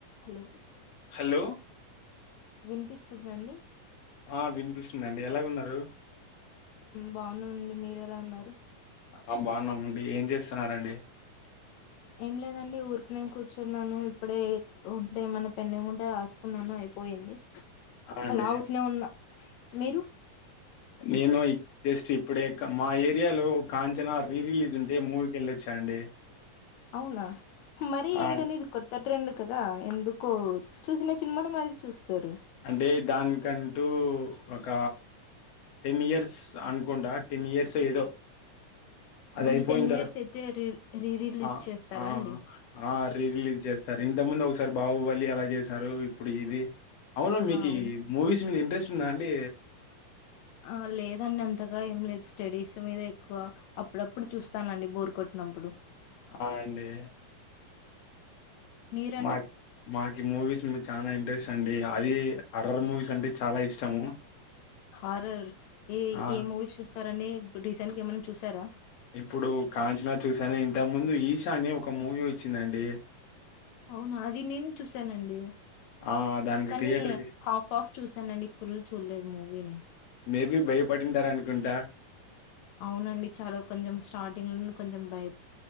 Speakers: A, on the left; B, on the left.
A: Hello
B: hello
A: వినిపిస్తుందండి
B: ఆ వినిపిూస్తుందిండి ఎలాగున్నారు
A: బాగున్నానండి మీరు ఎలా ఉన్నారు
B: ఆ బాగున్నామండి ఏం చేస్తున్నారంండి
A: ఏం లేదండి ఊరికి నేను కూర్చున్నాను ఇప్పుడే ఉంటే మన పెన్న ఏమి ఉంటే రాసుకున్నాను అయిపోయింది
B: ఆ అండి
A: అలా ఉట్నే ఉన్నా మీరు
B: నేను జస్ట్ ఇప్పుడే మా ఏరియాలో కాంచనా రీ రిలీజ్ ఉంటే మూవీకి వెళ్ళొచ్చా అండి
A: అవునా మరి
B: ఆ
A: ఏంటనే ఇది కొత్త ట్రెండ్ కదా ఎందుకో చూసిన సినిమాలే మళ్ళీ చూస్తారు
B: అంటే దానికంటూ ఒక టెన్ ఇయర్స్ అనుకుంటా టెన్ ఇయర్స్ ఏదో అది
A: అంటే
B: అయిపోయిన
A: టెన్
B: తర్వాత
A: ఇయర్స్ అయితే రీ రీ రిలీజ్
B: ఆ
A: చేస్తారా
B: ఆ
A: అండి
B: ఆ రీ రిలీజ్ చేస్తారు ఇంత ముందు ఒకసారి బాహుబలి ఎలా చేశారు ఇప్పుడు ఇది అవును మీకి
A: ఆ, అవును
B: మూవీస్ మీద ఇంత ఇంట్రెస్ట్ ఉందా అండి
A: ఆ లేదండి అంతగా ఏం లేదు స్టడీస్ మీద ఎక్కువ అప్పుడప్పుడు చూస్తానండి బోర్ కొట్టినప్పుడు
B: ఆయండి
A: మీరండి
B: మాక్ మాకి మూవీస్ మీ చానా ఇంట్రెష్ ట్టండి అది అర్రర్ మూవీస్ అంటే చాలా ఇష్టము
A: హారర్ ఏ
B: ఆ
A: ఏ మూవీస్ చూస్ తరండి <unintelligible> రీసెంట్ గేమైనా చూసారా
B: ఇప్పుడు కాంచనా చూసానే ఇంతక ముందు ఈషా అనే ఒక మూవీ వచ్చిందండి
A: అవునా అది నేను చూసానండి
B: ఆ దానికి
A: కానీ
B: థియేటర్‌కి
A: హాఫ్ హాఫ్ చూసానండి ఫుల్ చూడలేదు మూవీని
B: మేబీ భయపడింటారనుకుంటా
A: అవునండి చాలా కొంచెం స్టార్టింగ్ లోనే కొంచెం భై